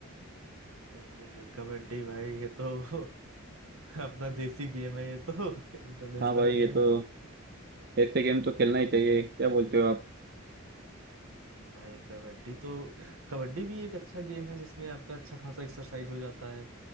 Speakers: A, on the right (about 80°); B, on the right (about 45°).
A: अरे, कबड्डी भाई ये तो <laughs> अपना देसी गेम है ये तो <laughs> इंटरनेशनल
B: हाँ भाई ये
A: गेम
B: तो ऐसे गेम तो खेलना ही चाहिए क्या बोलते हो आप
A: भाई कबड्डी तो कबड्डी भी एक अच्छा गेम है जिसमें आपका अच्छा खासा एक्सरसाइज हो जाता है